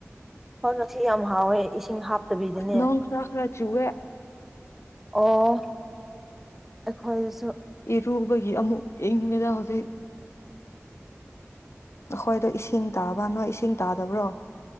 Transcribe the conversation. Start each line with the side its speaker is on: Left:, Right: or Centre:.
Centre: ꯍꯣꯏ ꯉꯁꯤ ꯌꯥꯝ ꯍꯥꯎꯋꯦ ꯏꯁꯤꯡ ꯍꯥꯞꯇꯕꯤꯗꯅꯦ
Left: ꯅꯣꯡ ꯈꯔ ꯈꯔ ꯆꯨꯋꯦ
Centre: ꯑꯣ ꯑꯩꯈꯣꯏꯗꯁꯨ
Left: ꯏꯔꯨꯕꯒꯤ ꯑꯃꯨꯛ ꯏꯪꯉꯦꯗ ꯍꯧꯖꯤꯛ ꯑꯩꯈꯣꯏꯗꯣ ꯏꯁꯤꯡ ꯇꯥꯕ ꯅꯣꯏ ꯏꯁꯤꯡ ꯇꯥꯗꯕ꯭ꯔꯣ